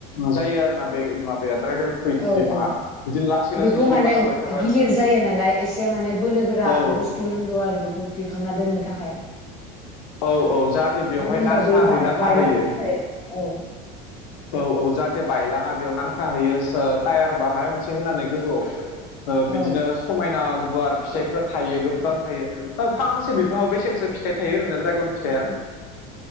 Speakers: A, on the left; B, on the left.
A: जायो आरो ना बे माबाया दड्रागन फ्रुइट
B: औ
A: बिफाङा
B: औ
A: बिदिनो लासै लासै
B: बेखौ
A: जौगालांबाय
B: माने
A: थागोन
B: गिलिर जायो नालाय एसे माने बोलोगोरा
A: औ
B: बुस्थु नांगौ आरो बेखौ दिखांना दोननो थाखाय
A: औ औ जाहाथे बेवहाय
B: होनबा
A: नां
B: बे
A: थाहैनाा
B: बा- बायलांनो
A: थाहैयो।
B: थाखाय औ
A: औ औ जाहाथे बायलांङा बेयाव नांथाहैयो टायार बा माबा मोनसे होनानै गोजौआव बिदिनो
B: औ
A: समायना गुवार फिथाइफोरा थायो गोबां थायो फांसे बिफाङाव बेसेनसो फिथाइ थायो ओरैनो दड्रायगन फि थाइया